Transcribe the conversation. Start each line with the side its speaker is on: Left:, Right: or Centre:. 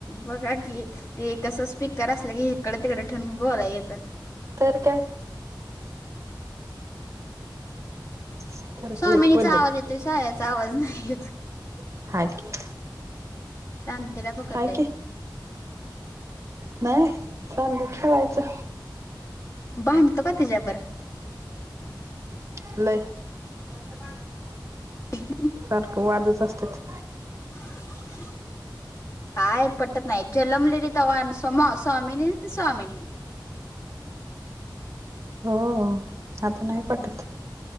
Left: बघा की. ते कसं स्पीकर असलं की इकड तिकड ठेवून बोलाय येत.
Right: तर काय. स्पीकरची
Left: स्वामिनीचा
Right: एक पद्धत
Left: आवाज येतो शायाचा आवाज नाही येत.
Right: <unintelligible>
Left: शांतीला पकडलय
Right: हाय की नाही खाली खेळायचं
Left: भांडतो का तिच्या बरोबर.
Right: नाही
Left: <unintelligible>
Right: सारख वादच असत्यात.
Left: <unintelligible> काय पटत नाही जन्मलेली तेंव्हा स्वामीनी स्वामीनी.
Right: हो आता नाही
Left: आणि
Right: पटत